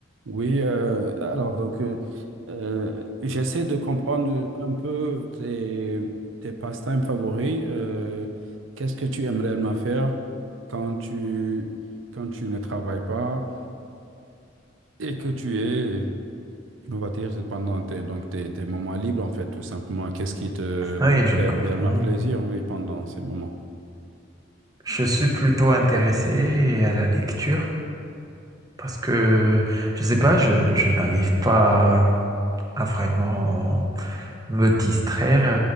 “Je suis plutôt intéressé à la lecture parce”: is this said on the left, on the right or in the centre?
Right